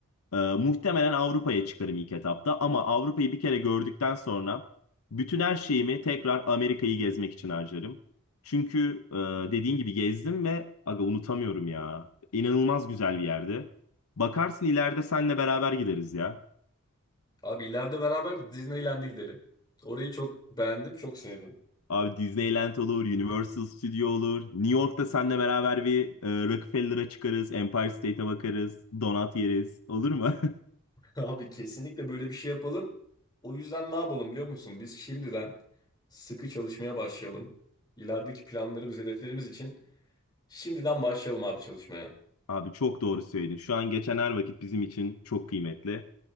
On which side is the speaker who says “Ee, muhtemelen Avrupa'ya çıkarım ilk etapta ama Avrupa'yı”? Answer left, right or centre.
Left